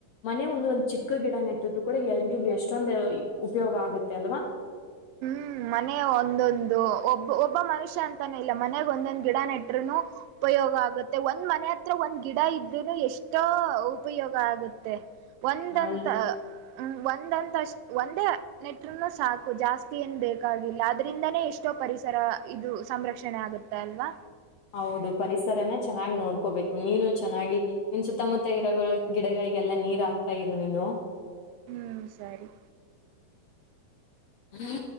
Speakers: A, on the left; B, on the right.
A: ಮನೆ ಒಂದು ಒಂದು ಚಿಕ್ಕ ಗಿಡ ನೆಟ್ಟಿದ್ರು ಕೂಡ ಎಲ್ರಿಗೂ ಎಷ್ಟೊಂದು ಉಪಯೋಗ ಆಗುತ್ತೆ ಅಲ್ವಾ <inaudible>
B: ಹ್ಮ್ ಮನೆ ಒಂದೊಂದು ಒಬ್ಬ ಒಬ್ಬ ಮನುಷ್ಯ ಅಂತಾನ ಇಲ್ಲ ಮನೆಗ್ ಒಂದೊಂದು ಗಿಡ ನೆಟ್ರುೂನು ಉಪಯೋಗ ಆಗತ್ತೆ ಒಂದ್ ಮನೆ ಹತ್ರ ಒಂದ್ ಗಿಡ ಇದ್ರೂನು ಎಷ್ಟೋ ಉಪಯೋಗ ಆಗತ್ತೆ ಒಂದಂತ
A: ಅಲ್
B: ಹ ಒಂದಂತ ಅಷ್ಟ್ ಒಂದೇ ನೆಟ್ರುನು ಸಾಕು ಜಾಸ್ತಿ ಏನ್ ಬೇ ಕಾಗಿಲ್ಲ ಅದ್ರಿಂದಾನೇ ಎಷ್ಟೋ ಪರಿಸರ ಇದು ಸಂರಕ್ಷಣೆ ಆಗುತ್ತೆ ಅಲ್ವಾ
A: ಹೌದು ಪರಿಸರನ ಚೆನ್ನಾಗ್ ನೋಡ್ಕೋಬೇಕು ನೀನು ಚೆನ್ನಾಗಿ ನಿನ್ ಸುತ್ತಮುತ್ತ ಇರ ಗಿಡಗಳ ಗೆಲ್ಲ ನೀರ್ ಆಗ್ತಾ ಇರು ನೀನು
B: ಹ್ಮ್ ಸರಿ
A: ಹ್ಮ